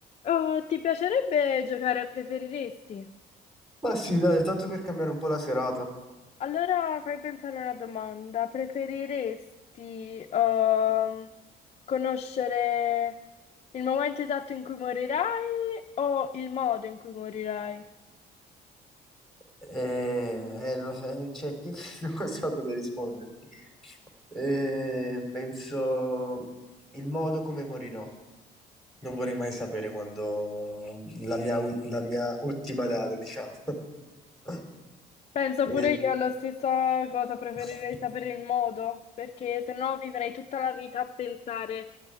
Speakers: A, on the left; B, in the centre.
A: Oh, ti piacerebbe giocare a preferiresti?
B: Ma sì, dai, tanto per cambiare un po' la serata.
A: Allora fai pensare una domanda. Preferiresti ehm, conoscere il momento esatto in cui morirai o il modo in cui morirai?
B: Eh, eh, lo sai, c'è chi <laughs> non so cosa risponderti. Eh, penso il modo come morirò. Non vorrei mai sapere quando la mia, u- la mia ultima data, diciamo. <laughs>
A: Penso
B: Eh,
A: pure io alla stessa cosa, preferirei
B: <laughs>
A: sapere il modo, perché se no vivrei tutta la vita a pensare